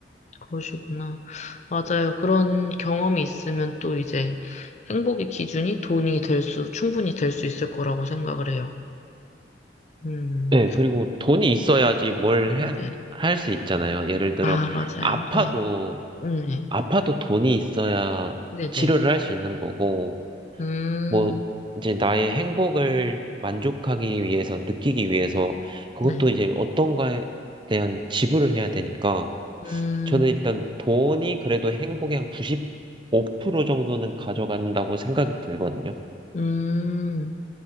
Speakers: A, on the left; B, on the right.
A: 그러시구나. 맞아요. 그런 경험이 있으면 또 이제 행복의 기준이 돈이 될 수, 충분히 될 수 있을 거라고 생각을 해요. 음,
B: 네, 그리고 돈이 있어야지 뭘 해,
A: 네네.
B: 할 수 있잖아요. 예를 들어,
A: 아, 맞아요.
B: 아파도,
A: 네. 음, 네.
B: 아파도 돈이 있어야
A: 네네.
B: 치료를 할 수 있는 거고,
A: 음,
B: 뭐 이제 나의 행복을 만족하기 위해서 느끼기 위해서 그것도
A: 네.
B: 이제 어떤가에 대한 지불을 해야 되니까
A: 음,
B: 저는 일단 돈이 그래도 행복의 한 95% 정도는 가져간다고 생각이 들거든요.
A: 음,